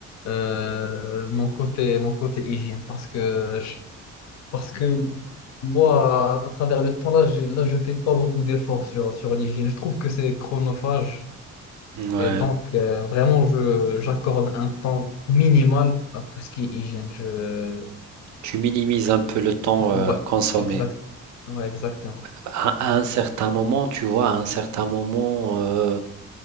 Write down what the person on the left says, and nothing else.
euh, mon côté, mon côté hygiène parce que, je- parce que moi, à, à travers le temps, là, je, là, je fais pas beaucoup d'efforts sur, sur l'hygiène. Je trouve que c'est chronophage
et donc euh, vraiment, je, j'accorde un temps minimal à tout ce qui est hygiène. Je...
Ouais,
exact. Ouais, exactement.